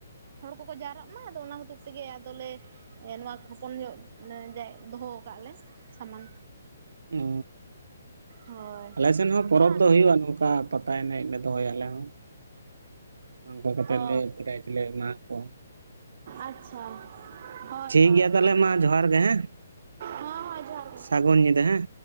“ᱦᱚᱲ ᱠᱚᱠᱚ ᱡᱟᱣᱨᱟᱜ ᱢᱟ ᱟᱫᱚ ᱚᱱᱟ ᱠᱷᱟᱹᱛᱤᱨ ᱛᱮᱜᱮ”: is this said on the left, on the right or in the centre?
Right